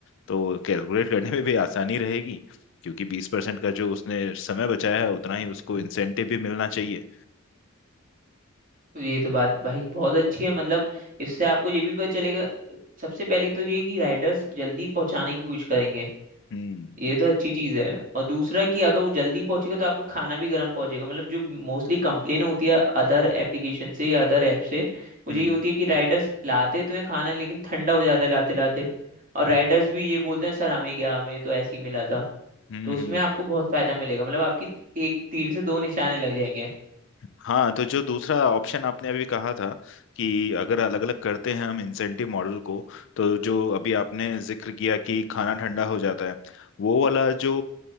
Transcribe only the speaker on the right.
तो ये तो बात भाई बहुत अच्छी है मतलब इससे आपको ये भी पता चलेगा सबसे पहली तो ये कि राइडर्स जल्दी पहुंचाने की कोशिश करेंगे
ये तो अच्छी चीज है और दूसरा कि अगर वो जल्दी पहुंचेगा तो आपका खाना भी गर्म पहुंचेगा मतलब जो मोस्टली कंप्लेन होती है अदर एप्लीकेशन से या अदर ऐप से वो
यही होती
है कि राइडर्स लाते तो हैं खाना लेकिन ठंडा हो जाता है लाते लाते और राइडर्स भी ये बोलते हैं सर हमें क्या हमें तो ऐसे ही मिला था
तो उसमें
आपको बहुत फायदा मिलेगा मतलब आपकी एक तीर से दो निशाने लग जाएंगे